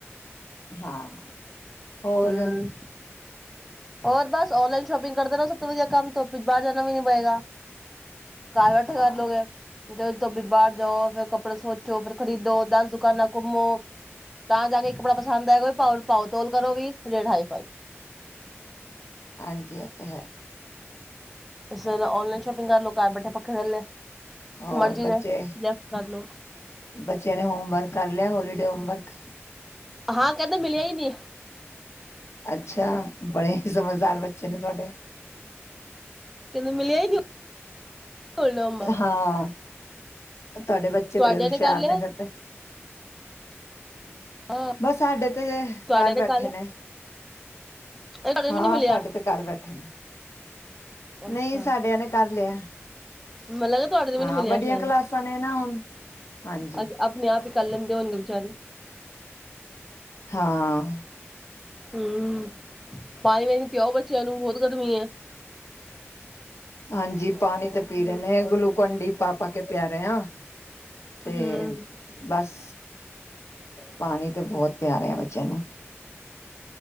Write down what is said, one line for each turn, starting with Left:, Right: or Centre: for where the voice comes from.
Left: ਹਾਂ ਹੋਰ
Centre: ਹੂੰ ਹੋਰ ਬਸ ਔਨਲਾਈਨ ਸ਼ੋਪਿੰਗ ਕਰਦੇ ਰਹੋ ਸਭ ਤੋਂ ਵਧੀਆ ਕੰਮ ਤੋਂ ਬਾਹਰ ਜਾਣਾ ਵੀ ਨੀ ਪਏਗਾ। ਘਰ ਬੈਠੇ
Left: ਹਾਂ
Centre: ਕਰਲੋਗੇ। ਤੇ ਤੁੀ ਬਾਹਰ ਜਾਓ ਫੇਰ ਕੱਪੜੇ ਸੋਚੋ ਫੇਰ ਖਰੀਦੋ। ਦਸ ਦੁਕਾਨਾਂ ਘੁੰਮੋ ਤਾਂ ਜਾ ਕੇ। ਕੱਪੜਾ ਪਸੰਦ ਆਏਗਾ ਪਾਓ ਪਾਓ ਤੋਲ ਕਰੋ ਵੀ ਰੇਟ ਹਾਈ ਫਾਈਲ
Left: ਹਾਂਜੀ, ਇਹ ਤੇ ਹੈ
Centre: ਔਨਲਾਈਨ ਸ਼ੋਪਿੰਗ ਕਰ ਲੋਕ ਬੈਠੇ ਪੱਖੇ ਥੱਲੇ।
Left: ਹੋਰ
Centre: ਮਰਜ਼ੀ
Left: ਬੱਚੇ
Centre: ਦੇ ਸਿਲੈਕਟ ਕਰ ਲੋ
Left: ਬੱਚਿਆਂ ਨੇ ਹੋਮਵਰਕ ਕਰ ਲਿਆ ਹੋਲੀਡੇ ਓਮਬਰਕ
Centre: ਹਾਂ ਕਹਿੰਦੇ ਮਿਲਿਆ ਹੀ ਨਹੀਂ।
Left: ਅੱਛਾ ਬੜੇ ਸਮਝਦਾਰ ਬੱਚੇ ਨੇ ਤੁਹਾਡੇ।
Centre: ਕਹਿੰਦੇ ਮਿਲਿਆ ਹੀ ਨਹੀਂ ਹੋਮਵਰਕ
Left: ਹਾਂ, ਤੁਹਾਡੇ ਬੱਚੇ
Centre: ਤੁਹਾਡੇ
Left: ਬੜੇ ਹੁਸ਼ਿਆਰ
Centre: ਕਰ ਲਿਆ
Left: ਨੇ ਫਿਰ ਤੇ।
Centre: ਹਾਂ
Left: ਬਸ ਸਾਡੇ ਤੇ ਜੇ
Centre: ਤੁਹਾਡੇ
Left: ਘਰ ਬੈਠੇ
Centre: ਕਰ ਲਿਆ
Left: ਨੇ
Centre: ਤੁਹਾਡੇ
Left: ਹਾਂ
Centre: ਵੀ ਨੀ ਮਿਲਿਆ
Left: ਸਾਡੇ ਤੇ ਘਰ ਬੈਠੇ ਨੇ।
Centre: ਅੱਛਾ
Left: ਨਹੀਂ ਸਾਡਿਆਂ ਨੇ ਕਰ ਲਿਆ।
Centre: ਮੈਨੂੰ ਲੱਗਾ ਤੁਹਾਡੇ ਨੂੰ ਵੀ
Left: ਹਾਂ,
Centre: ਨੀ ਮਿਲਿਆ
Left: ਵੱਡੀਆਂ
Centre: ਸ਼ਾਇਦ
Left: ਕਲਾਸਾਂ ਨੇ ਨਾ ਹੁਣ ਹਾਂਜੀ
Centre: ਅੱਜ ਆਪਣੇ ਆਪ ਹੀ ਕਰ ਲੈਂਦੇ ਹੋਣਗੇ ਬਚਾਰੇ
Left: ਹਾਂ
Centre: ਹੂੰ <unintelligible> <unintelligible> ਬਹੁਤ ਗਰਮੀ ਐ
Left: ਹਾਂਜੀ ਪਾਣੀ ਤੇ ਪੀ ਰਹੇ ਨੇ ਗਲੂਕੰਡੀ ਪਾ ਪਾ ਕੇ ਪਿਆ ਰਹੇ ਆ ਤੇ
Centre: ਹੂੰ
Left: ਬਸ ਪਾਣੀ ਤੇ ਬਹੁਤ ਪਿਆ ਰਹੇ ਆ ਬੱਚਿਆਂ ਨੂੰ